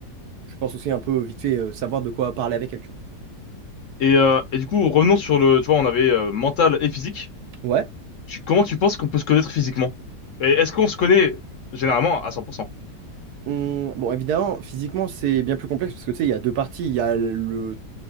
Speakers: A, on the right (about 70°); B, on the left (about 55°).
A: je pense aussi un peu vite fait euh, savoir de quoi parler avec elle, tu
B: Et, euh, et du coup, revenons sur le, tu vois, on avait euh, mental et physique.
A: vois. Ouais.
B: Tu, comment tu penses qu'on peut se connaître physiquement? Et est-ce qu'on se connaît généralement à 100%?
A: Hum, bon, évidemment, physiquement, c'est bien plus complexe parce que, tu sais, il y a deux parties. Il y a le